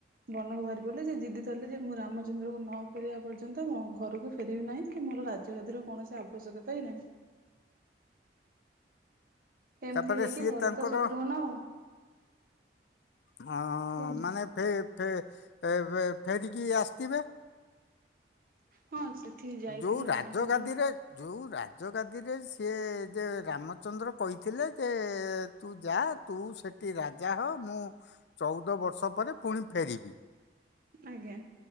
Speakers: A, on the right; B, on the left.
A: ବନକୁ ବାହାରି ପଡିଲେ ସେ ଜିଦି ଧରିଲେ ଯେ ମୁଁ ରାମଚନ୍ଦ୍ରକୁ ନ <unintelligible> ପର୍ଯ୍ୟନ୍ତ ମୋ ଘରୁକୁ ଫିରିବି ନାହିଁ, କି ମୋର ରାଜଗାଦିର କୌଣସି ଆବଶ୍ୟକତା ହି ନାହିଁ। ଏମ୍ତି
B: ତାପରେ
A: ହେଇକି
B: ସିଏ
A: ଭରତ
B: ତାଙ୍କର
A: ଶତ୍ରୁଘ୍ନ
B: ହଁ
A: କୁହନ୍ତୁ
B: ମାନେ ଫେ-ଫେ-ଏ-ବେ ଫେରିକି ଆସିଥିବେ।
A: ହଁ ସେଠିକି ଯାଇଥିଲେ
B: ଯୋଉ ରାଜଗାଦିରେ
A: ରାମଚନ୍ଦ୍ର
B: ଯୋଉ ରାଜଗାଦିରେ ସିଏ ଯେ ରାମଚନ୍ଦ୍ର କହିଥିଲେ ଯେ ତୁ ଯା ତୁ ସେଠି ରାଜା ହ, ମୁଁ ଚଉଦ ବର୍ଷ ପରେ ପୁଣି ଫେରିବି।
A: ଆଜ୍ଞା।